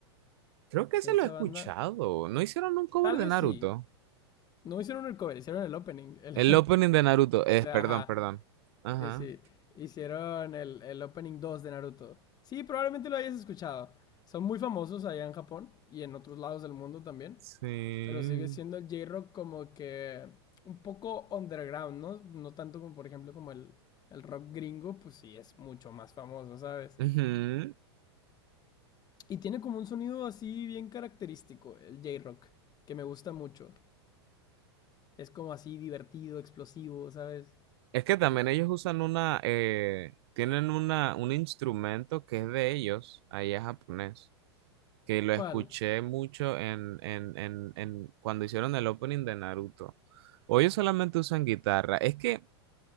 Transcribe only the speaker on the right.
Creo que se
lo he escuchado.
¿No hicieron un cover
de
Naruto?
El
opening de Naruto, es,
perdón,
perdón. Ajá,
sí.
Ujú.
Es que también ellos usan una, eh, tienen una, un instrumento que es de ellos, ahí es japonés, que lo
escuché mucho en, en, en, en cuando hicieron el opening de Naruto. O ellos solamente usan guitarra. Es que